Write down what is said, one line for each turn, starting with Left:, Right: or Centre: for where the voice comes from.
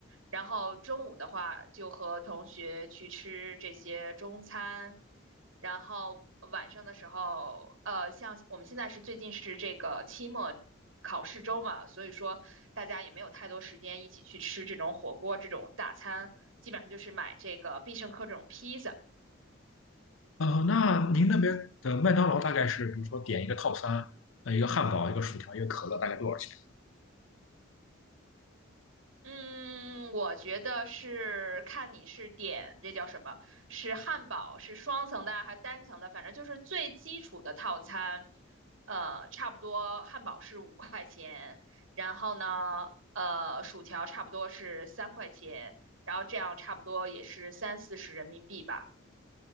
Right: 然后中午的话，就和同学去吃这些中餐。然后晚上的时候，呃，像我们现在是最近是这个期末考试周嘛，所以说大家也没有太多时间一起去吃这种火锅这种大餐，基本上就是买这个必胜客这种披萨。
Left: 哦，那您那边的麦当劳大概是，比如说点一个套餐，呃，一个汉堡，一个薯条，一个可乐，大概多少钱？
Right: 嗯，我觉得是看你是点这叫什么，是汉堡是双层的啊还是单层的，反正就是最基础的套餐，呃，差不多汉堡是五块钱，然后呢，呃，薯条差不多是三块钱，然后这样差不多也是三四十人民币吧。